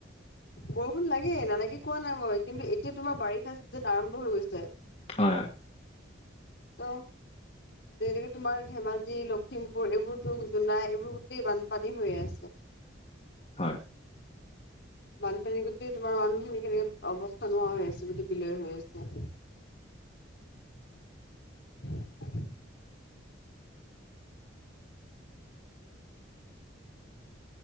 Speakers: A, on the left; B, on the left.
A: বৰষুণ লাগে নালাগে কোৱা নাই মই কিন্তু এতিয়া তোমাৰ বাৰিষা চিজন আৰম্ভ হৈ গৈছে।
B: হয়, হয়,
A: ত' যেনেকে তোমাৰ ধেমাজি, লখিমপুৰ এইবোৰতো জোনাই এইবোৰ গোতেই বানপানী হৈ আছে। <inaudible>
B: হয়,
A: <inaudible> বানপানী গোটেই তোমাৰ মানুহখিনি কেনেক অৱস্থা নোহোৱা হৈ আছে, গোটেই বিলয় হৈ আছে। <inaudible>